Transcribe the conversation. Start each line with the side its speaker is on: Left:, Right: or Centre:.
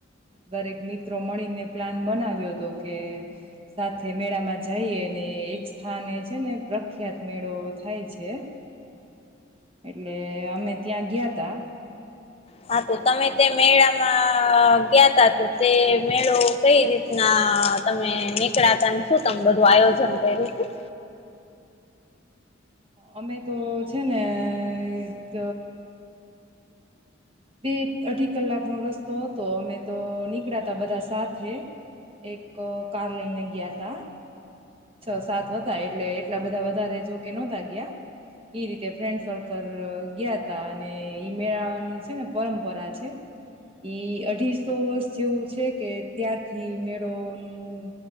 Right: દરેક મિત્રો મળીને પ્લાન બનાવ્યો હતો કે સાથે મેળામાં જઈને એક સ્થાને છે ને પ્રખ્યાત મેળો થાય છે. એટલે અમે ત્યાં ગયા તા.
Left: હા તો તમે તે મેળામાં ગયા ત તો તે મેળો કઈ રીતના તમે નીકળાતા શું તમે બધું આયોજન કર્યું હતું.
Right: અમે તો છે ને એક બે અઢી કલાકનો રસ્તો હતો અમે તો નીકળ્યા ત બધા સાથે એક કાર લઈને ગયા તા છ સાત હતા એટલે એટલા બધા વધારે જો કે નહોતા ગયા ઈ રીતે ફ્રેન્ડ સર્કલ ગયા ત અને ઈ મેળાની છે ને પરંપરા છે ઈ અઢીસો વર્ષ જેવું છે કે ત્યારથી મેળોનુંું